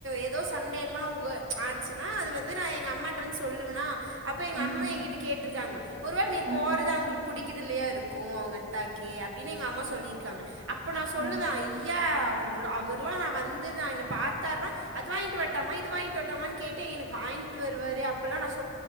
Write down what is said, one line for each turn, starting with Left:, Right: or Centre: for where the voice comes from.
Right: எ தோ சண்ட எல்லா அவங்க ஆச்சுனா அது வந்து நா எங்க அம்மாகிட்ட வந்து சொல்லுவனா அப்போ எங்க
Left: ம்,
Right: அம்மா எங்கிட்ட கேட்ருக்காங்க ஒரு வேள நீ
Left: ம்.
Right: போறது அவங்களுக்கு புடிக்குது இல்லையா இருக்கு அவங்க அத்தாக்கி அப்டின்னு எங்க அம்மா சொல்லியிருக்காங்க அப்ப நா சொல்லவே
Left: ஆ.
Right: ஐ யா அவர் அவர்லா நா வந்து நா என்ன பாத்தாருனா அது வாங்கிட்டு வரட்டாமா இது வாங் கிட்டு வரட்டாமான்னு கேட்டு எனக்கு வாங்கிட்டு வருவாரு அப்பெல்லா நா சொ